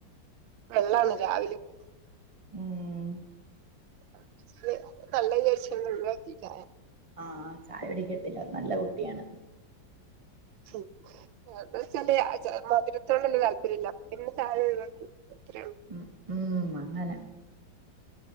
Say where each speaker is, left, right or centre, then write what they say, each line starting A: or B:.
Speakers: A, on the right; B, on the right.
A: <unintelligible>
B: ഉം
A: എന്താച്ചാല് തള്ളേവിചാരിചുങ്ങൊഴു കളയാംമുഴക്കിട്ട
B: ആഹ് ചായ കുടിക്കത്തില്ല നല്ല കുട്ടിയാണ്
A: ഉം അത്ച്ചാല് ആഹ് മധുരത്തോട് വല്ല്യാ താല്പരില്ലാ പിന്നെ ചായ ഒഴിവാക്കി അത്രേ-
B: ഉ ഉം അങ്ങനെ